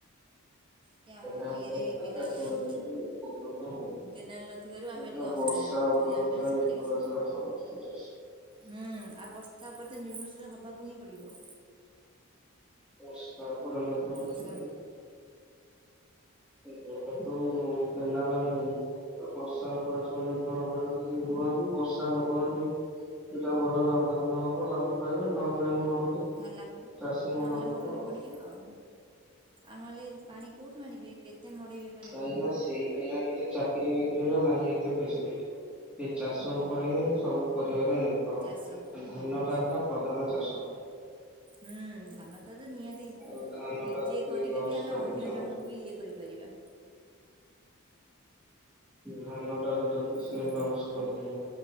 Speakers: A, on the right; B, in the centre.
A: କି ଆମ
B: ବିନା ଟାସ୍କ
A: ଇଏରେ କେନାଲ୍
B: ରେ ଚାଷ
A: ନାହିଁ
B: ବା ଟିକେ ପ୍ରବତ ହଉଚି କାହିଁକି
A: କେନାଲ୍ ନଥିବାରୁ ଆମେ ଟିକେ
B: ନା
A: ଅସୁବିଧାରେ
B: ବର୍ଷା
A: ପଡ଼ୁଛୁ
B: ଉପର
A: ଯାହା ବି ହେଲେ
B: ପୁର
A: ସେମାନେ
B: ନିର୍ଭର
A: କିଛି
B: ଶିଳ ସମସ୍ତ ଚାସି
A: ହୁଁ ଆଉ ବର୍ଷା ଉପରେ ତ ନିର୍ଭରଶୀଳ ହବାକୁ ହିଁ ପଡିବ
B: ବର୍ଷା <unintelligible>
A: ବର୍ଷା
B: <unintelligible> ତ କେନାଲ ନାହିଁ ବର୍ଷା ପ ରାଶୁ ମନ୍ଦିର ନିିର୍ଭର କର ରୁହନ୍ତି ବର୍ଷା ହନ୍ତି ଏଟା ଭଲ ଲାଭ ଧାନ ହବ ଲାଭ ପାଇବା ନନା ମରୁଡି
A: ଧାନ ଲାଭ
B: ଚାଷୀ ମନରୁ
A: ନହେଲେ ମରୁଡ଼ି
B: ତ
A: ପଡ଼ିଯିବ ଆଉ ଆଉ ନହେଲେ ପାଣି କେଉଁଠୁ ଆଣିବେ କେତେ ମଡ଼ିବେ
B: କାହିଁକି ନା ସେ ଟା କିଛି ଚାକିର ବାକିରିର ନାହିଁ ଏତେ ଫେସ୍ସିଲିଟ ଏ ଚାଷ ଉପରେ
A: ଓହୋ
B: ହିଁ ସବୁ ପରିବାର ନିର୍ଭର
A: ଚାଷ ଉପରେ
B: ଧାନ
A: ନିର୍ଭରଶୀଳ
B: ଟା ହେଲା ପ୍ରଧାନ ଚାଷ
A: ହୁଁ ଧାନ ତ ତ ନିହା ତି
B: ଆଉ ଧାନ
A: ନିଜେ
B: ଟା ଯଦି
A: କରିକି
B: ଲସ୍
A: ବି ଆମେ
B: କରିବେ
A: ଅନ୍ୟ
B: ସେମାନେ
A: ଜଣଙ୍କୁ ବି ଇଏ କରିପାରିବା
B: ଧାନ ଟାରୁ ଯଦି ଯେ ସେ
A: ଧାନରୁ
B: ଲଶ୍
A: ତ
B: କରିବେ